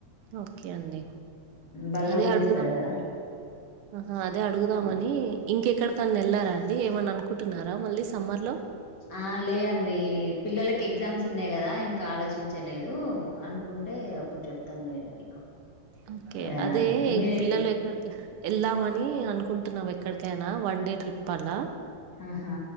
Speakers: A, on the right (about 80°); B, on the left (about 40°).
A: ఓకే అండి
B: బల్ల
A: అదే
B: కూడా
A: అడుగుదాం
B: ఇస్తారు కదా
A: ఆహా అదే అడుగుదాం అని ఇంకెక్కడ కాన్ని వెళ్లాండి ఏమని అనుకుంటన్నారా మళ్ళీ సమ్మర్ లో
B: ఆ లే అండి పిల్లలకి ఎగ్జామ్స్ ఉన్నాయి కదా ఇంకా ఆలోచించలేదు అనుకుంటే అప్పుడు చెప్తాంలేండి మీకు
A: ఓకే
B: ఏదన్నా
A: అదే
B: అనుకుంటే మీరు
A: పిల్లలు ఎక్కడికి ఎల్లా మ అని అనుకుంటున్నావు ఎక్కడికైనా వన్ డే ట్రిప్ అలా.
B: ఆహా